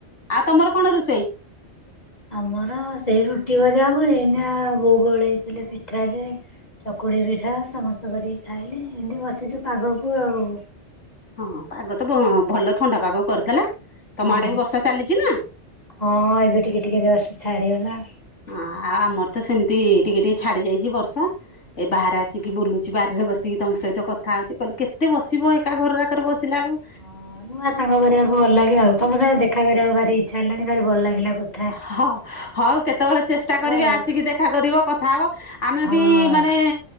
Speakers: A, on the left (about 80°); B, on the left (about 35°).
A: ଆଉ ତମର କଣ ରୋଷେଇ?
B: ଆମର ହଁ ସେଇ ରୁଟି ଭଜା ହବ ଏଇନା ବୋଉ ଗୋଳେଇଥିଲେ ପିଠା ଯେ ଚକୁଳି ପିଠା ସମସ୍ତ କରିକି ଖାଇଲେ ଏମିତି ବସିଛୁ ପାଗକୁ ଆଉ।
A: ହଁ ପାଗ ତ ବଁ ଭଲ ଥଣ୍ଡା ପାଗ କରିଦେଲା ତମ
B: ହଁ
A: ଆଡେ ବି ବର୍ଷା ଚାଲିଛି ନା?
B: ହଁ ଏବେ ଟିକେ ଟିକେ ଜଷ୍ଟ ଛାଡିଗଲା।
A: ଅଁ ଆଉ ଆମର ତ ସେମତି ଟିକେ ଟିକେ ଛାଡି ଯାଇଛି ବର୍ଷା ଏ ବାହାରେ ଆସିକି ବୁଲୁଛି ବାରିରେ ବସିକି ତମ ସହିତ କ ଥାଉଛି କହିଲୁ କେତେ ବସିବ ଏକା ଘର ଆକରେ ବସିଲା ବଳୁ
B: ହଁ ନୂଆ ସାଙ୍ଗ କରିବାକୁ ଭଲ ଲାଗେ ଆଉ ତମ ସାଙ୍ଗ ଦେଖା କରିବାକୁ ଭାରି ଇଚ୍ଛା ହେଲାଣି ଭାରି ଭଲ ଲାଗିଲା କ
A: ହ ହଉ କେତେବେଳେ ଚେଷ୍ଟା କରିକି
B: ଆଉ।
A: ଆସିକି ଦେଖା କରିବ କଥା ହବ। ଆମେ
B: ହଁ
A: ବି ମାନେ